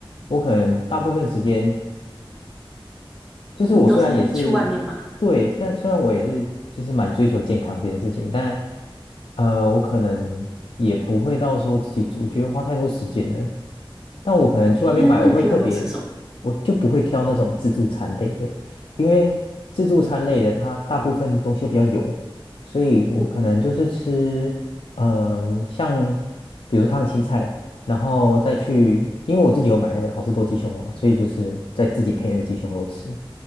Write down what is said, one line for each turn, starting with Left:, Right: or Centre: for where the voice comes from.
Left: 我可能大部分时间就是我虽然也是对，
Centre: 你都是去外面买啊，
Left: 但虽然我也是就是蛮追求健康这件事情，但呃，我可能也不会到说自己煮，我觉得花太多时间了。但我可能去外面买，
Centre: 诶，那你平常都吃什么？
Left: 我会特别，我就不会挑那种自助餐类的，因为自助餐类的它大部分东西都比较油，所以我可能就是吃，
Centre: 嗯。
Left: 嗯、像比如说烫青菜。然后再去，因为我自己有买那个好事多鸡胸肉嘛，所以就是再自己配那个鸡胸肉吃，